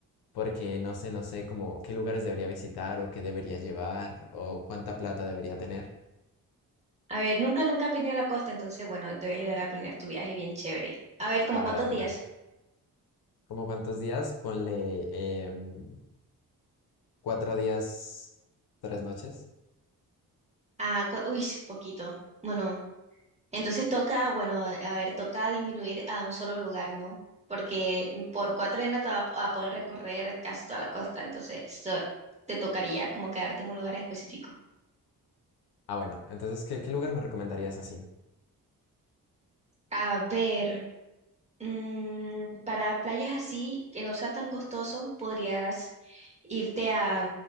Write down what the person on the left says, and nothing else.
porque no sé, no sé, como qué lugares debería visitar o qué debería llevar o cuánta plata debería tener.
A ver,
a ver,
dale. ¿Como cuántos días? Ponle em, cuatro días, tres noches.
Ah, bueno, entonces, ¿qué, qué lugar me recomendarías así?